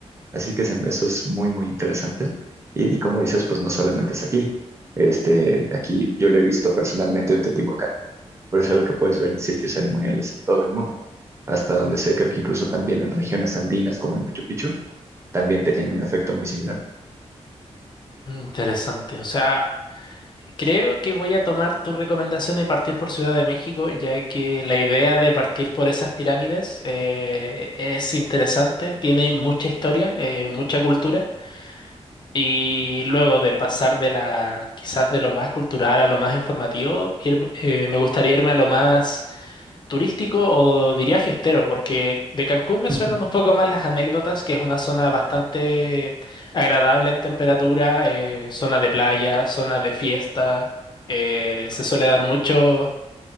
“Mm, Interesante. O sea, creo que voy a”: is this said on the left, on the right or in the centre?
Left